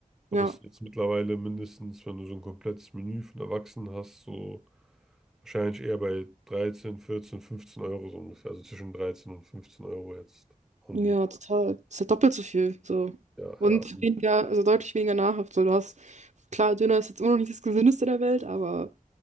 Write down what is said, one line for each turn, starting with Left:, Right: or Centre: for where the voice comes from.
Centre: aber
Right: ja.
Centre: es ist jetzt mittlerweile mindestens, wenn du so ein komplettes Menü von Erwachsenen hast, so wahrscheinlich eher bei 13, 14, 15 Euro so ungefähr, also zwischen 13 und 15 Euro jetzt. Und
Right: Ja, total. Ist halt doppelt so viel. So.
Centre: ja,
Right: Und
Centre: ja.
Right: weniger, also deutlich weniger nahrhaft. So, du hast, klar, Döner ist jetzt immer noch nicht das Gesündeste der Welt, aber